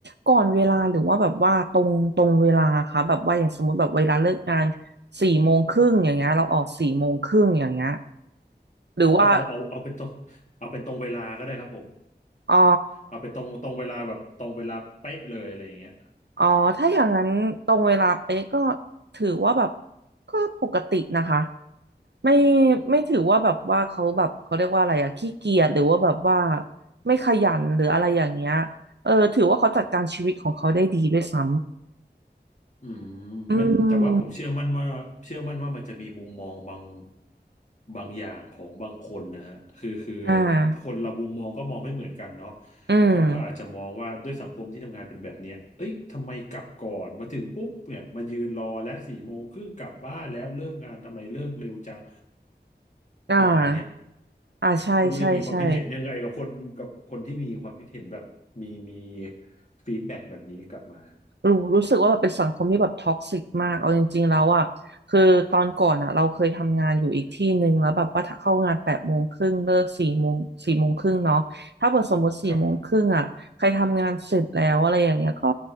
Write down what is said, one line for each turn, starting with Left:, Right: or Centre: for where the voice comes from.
Right: ก่อนเวลาหรือว่าแบบว่าตรงตรงเวลาค่ะแบบว่าอย่างสมมติแบบเวลาเลิกงานสี่โมงครึ่งอย่างเงี้ยเราออกสี่โมงครึ่งอย่างเงี้ยหรือว่า
Left: อ๋อเอาเอาเอาเป็นตรงเอาเป็นตรงเวลาก็ได้ครับผม
Right: อ๋อ
Left: เอาเป็นตรงตรงเวลาแบบตรงเวลาเป๊ะเลยอะไรอย่างเงี้ย
Right: อ๋อถ้าอย่างนั้นตรงเวลาเป๊ะก็ถือว่าแบบก็ปกตินะคะไม่
Left: อืม
Right: ไม่ถือว่าแบบว่าเขาแบบเขาเรียกว่าอะไรอะขี้เกียจหรือว่าแบบว่าไม่ขยันหรืออะไรอย่างเงี้ยเออถือว่าเขาจัดการชีวิตของเขาได้ดีด้วยซ้
Left: อืม
Right: อื
Left: มันแต่ว่าผมเชื่อมั่นว่าเชื่อมั่นว่ามันจะมีมุมมองบาง
Right: ม
Left: บางอย่างของบางคนนะฮะคือคือ
Right: อ่า
Left: คนเรามุมมองก็มองไม่เหมือนกันเนาะ
Right: อืม
Left: เขาก็อาจจะมองว่าด้วยสังคมที่ทำงานเป็นแบบเนี้ยเอ้ยทำไมกลับก่อนมาถึงปุ๊บเนี่ยมายืนรอและสี่โมงครึ่งกลับบ้านแล้วเลิกงานทำไมเลิกเร็วจัง
Right: อ่า
Left: ประมาณเนี้ย
Right: อ่า ใช่ใช่ใช่
Left: คุณดุ้ยมีความคิดเห็นยังไงกับคนกับคนที่มีความคิดเห็นแบบมีมีฟีดแบ็กแบบนี้กลับมา
Right: รู้รู้สึกว่าแบบเป็นสังคมที่แบบท็อกซิกมากเอาจริงๆแล้วอ่ะคือตอนก่อนอ่ะเราเคยทำงานอยู่อีกที่หนึ่งแล้วแบบว่าถ้าเข้างานแปดโมงครึ่งเลิกสี่โมงสี่โมงครึ่งเนาะถ้าเปิดสมมติสี่โมงครึ่งอ่ะใครทำงานเสร็จแล้วอะไรอย่างเงี้ยก็
Left: ครับ